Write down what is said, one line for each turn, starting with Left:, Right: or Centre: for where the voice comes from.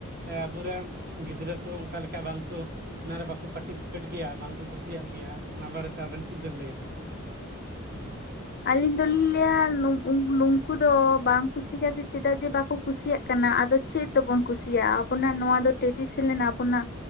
Right: ᱮ ᱟᱵᱩᱨᱮᱱ ᱜᱤᱫᱽᱨᱟᱹ ᱠᱩ ᱚᱝᱠᱟ ᱞᱮᱠᱟ ᱵᱟᱝᱠᱩ ᱚᱱᱟᱨᱮ ᱵᱟᱠᱚ ᱯᱟᱴᱤᱥᱤᱯᱮᱴ ᱜᱮᱭᱟ ᱵᱟᱝᱠᱚ ᱠᱩᱥᱤᱭᱟᱜ ᱜᱮᱭᱟ ᱚᱱᱟ ᱵᱟᱨᱮᱛᱮ ᱟᱵᱮᱱ ᱪᱤᱜ ᱵᱮᱱ ᱞᱟᱹᱭᱟ? <inaudible>
Left: ᱟᱹᱞᱤᱧ ᱫᱚᱞᱤᱧ ᱞᱟᱹᱭᱟ ᱱᱩᱝᱠᱩ ᱫᱚ ᱵᱟᱝ ᱠᱩᱥᱤ ᱠᱟᱛᱮ ᱪᱮᱫᱟᱜ ᱡᱮ ᱵᱟᱠᱚ ᱠᱩᱥᱤᱭᱟᱜ ᱠᱟᱱᱟ ᱟᱫᱚ ᱪᱮᱫ ᱛᱮᱵᱚᱱ ᱠᱩᱥᱤᱭᱟᱜ-ᱟ ᱟᱵᱚᱱᱟᱜ ᱱᱚᱣᱟ ᱫᱚ ᱴᱮᱰᱤᱥᱮᱱᱮᱞ ᱟᱵᱚᱱᱟᱜ